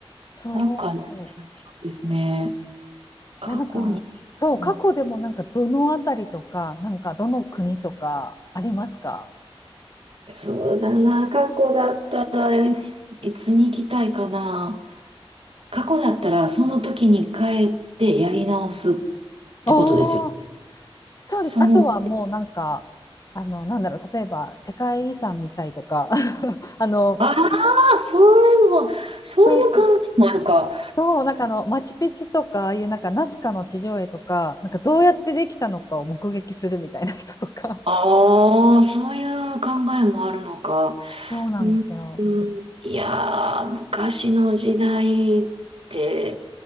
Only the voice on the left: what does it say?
そ
う。
いや、なんか、そう、
過去でもなんかどのあたりとか、なんかどの国とかありますか
おー、
そうです。
あとはもうなんか、あの、なんだろう、例えば世界遺産みたいとか、<laughs> あの、
そうそう、なんかあの、マチュピチュとか、ああいうなんかナスカの地上絵とか、なんかどうやってできたのかを目撃するみたいな人とか。
そうなんですよ。